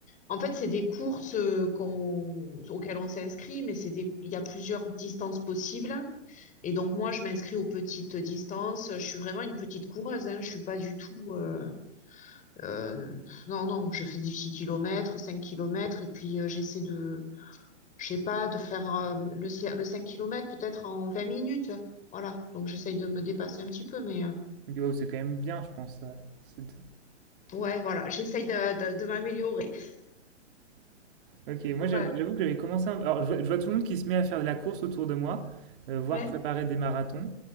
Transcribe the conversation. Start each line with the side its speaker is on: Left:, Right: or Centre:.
Left: en fait, c'est des courses euh, qu'on, auxquelles on s'inscrit, mais c'est des, il y a plusieurs distances possibles. Et donc, moi, je m'inscris aux petites distances. Je suis vraiment une petite coureuse, hein. Je suis pas du tout, euh, euh, non, non, je fais des 6 kilomètres, 5 kilomètres et puis euh, j'essaie de, je sais pas, de faire euh, le, ci- le 5 km peut-être en 20 minutes. Voilà. Donc j'essaye de me dépasser un petit peu, mais euh,
Right: Ok, wow, c'est quand même bien, je pense. Ça. C'est-
Left: ouais, voilà, j'essaye de, de, de m'améliorer.
Right: Ok, moi
Left: Ouais,
Right: j'avoue j'avoue que j'avais commencé. un- Alors je vois, je vois tout le monde qui se met à faire de la course autour de moi, euh, voire
Left: ouais,
Right: préparer des marathons.